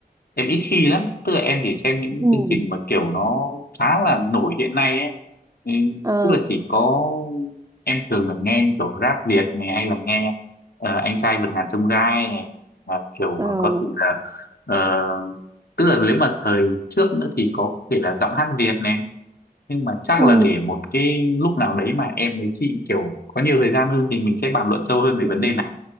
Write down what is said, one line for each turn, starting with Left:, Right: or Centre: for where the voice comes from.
Left: em ít khi lắm tức là em chỉ xem những cái
Right: ừ.
Left: chương trình mà kiểu nó khá là nổi hiện nay ấy ừ,
Right: ờ,
Left: tức là chỉ có em thường là nghe như kiểu rap Việt này hay là nghe ờ, anh trai vượt ngàn chông gai này là kiểu
Right: à,
Left: có thể là ờ, tức là nếu mà thời trước nữa thì có thể là giọng hát Việt này nhưng mà chắc
Right: ừ.
Left: là để một cái lúc nào đấy mà em với chị kiểu có nhiều thời gian hơn thì mình sẽ bàn luận sâu hơn về
Right: ừ,
Left: vấn đề này